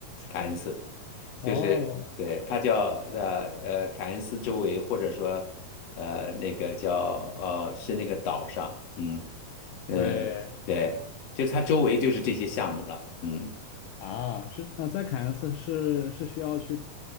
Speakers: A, on the left; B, on the left.
A: 凯恩斯，
B: 哦，
A: 就是对，它叫呃呃凯恩斯周围，或者说呃那个叫呃是那个岛上，嗯嗯、
B: 对
A: 呃对，就它周围就是这些项目了，嗯。
B: 啊，是呃，在凯恩斯是是需要去